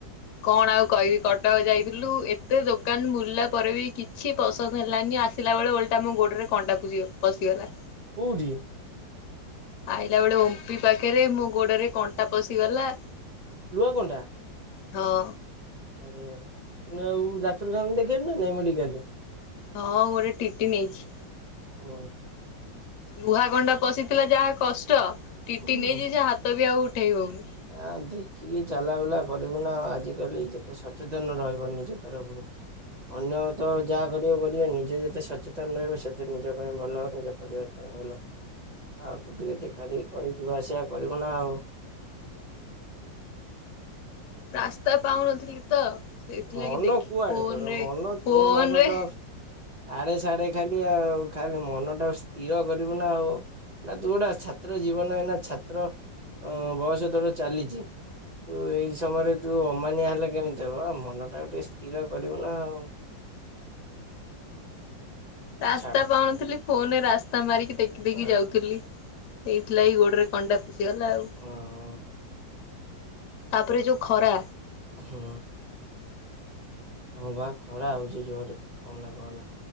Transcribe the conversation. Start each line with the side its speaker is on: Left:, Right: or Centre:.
Left: କଣ ଆଉ କହିବି କଟକ ଯାଇଥିଲୁ ଏତେ ଦୋକାନ ବୁଲିଲା ପରେ ବି କି କିଛି ପସନ୍ଦ ହେଲାନି ଆସିଲା ବଳେ ଓଲଟା ମୋ ଗୋଡରେ କଣ୍ଟା ପୁଶି ପଶିଗଲା।
Right: କୋଉଠି।
Left: ଆଇଲା ବେଳେ ଓମ୍ପି ପାଖରେ ମୋ ଗୋଡରେ କଣ୍ଟା ପଶିଗଲା।
Right: ଲୁହା କଣ୍ଟା।
Left: ହଁ।
Right: ଆରେ ଆରେ ନା ଆଉ ଡାକ୍ତରଖାନା ରେ ଦେଖେଇ ଲୁ ନା ନାଇଁ ମେଡିକାଲ ରେ।
Left: ହଁ ଗୋଟେ ଟିଟି ନେଇଛି।
Right: ଓ।
Left: ଲୁହା କଣ୍ଟା ପଶିଥିଲା ଯାହା କଷ୍ଟ ଟିଟି
Right: ହୁଁ
Left: ନେଇଛି ସେ ହାତ ବି ଆଉ ଉଠେଇ ହଉନି।
Right: ଆ ଦେଖିକି ଚାଲା ବୁଲା କରିବୁ ନା ଆଜିକାଲି ଯେତେ ସଚେତନ ରହିବ ନିଜ ତରଫରୁ। ଅନ୍ୟ ତ ଯାହା କରିବ କରିବେ ନିଜେ ଯେତେ ସଚେତନ ରହିବ ସେତେ ନିଜ ପାଇଁ ଭଲ ନିଜ ପରିବାର ପାଇଁ। ଭଲ ଆଉ ତୁ ଟିକେ ଦେଖା ଦେଖି କରି ଯିବା ଆସିବା କରିବୁ ନା ଆଉ।
Left: ରାସ୍ତା ପାଉନଥିଲି ତ। ସେଇଥିଲାଗି
Right: ମନ
Left: ଦେଖି
Right: କୁଆଡେ
Left: ଫୋନରେ
Right: ତୋର ମନ
Left: ଫୋନରେ
Right: ତୋ ମନ ତ ଆଡେ ସାଡେ ଖାଲି। ସେଇଆ ଆଉ ଖାଲି ମନ ଟା ସ୍ଥିର କରିବୁ ନା ଆଉ। ନା ତୁ ଗୋଟା ଛାତ୍ର ଜୀବନ ଏଇନା ଛାତ୍ର ଅ ବୟସ ତୋର ଚାଲିଛି। ତୁ ଏଇ ସମୟରେ ତୁ ଅମାନିଆ ହେଲେ କେମିତି ହବ ଆ ମନ ଟା ଟିକେ ସ୍ଥିର କରିବୁ ନା ଆଉ।
Left: ରାସ୍ତା
Right: ଛାଡ।
Left: ପାଉନଥିଲି ଫୋନରେ ରାସ୍ତା ମାରିକି ଦେଖି ଦେଖି
Right: ଅ
Left: ଯାଉଥିଲି। ସେଇଥିଲାଗି ଗୋଡରେ କଣ୍ଟା ପଷିଗଲା ଆଉ।
Right: ହଁ
Left: ତାପରେ ଯୋଉ ଖରା।
Right: ହୁଁ ହଁ ବା ଖରା ହଉଛି ଯୋରେ ତୁ କହନା କହନା।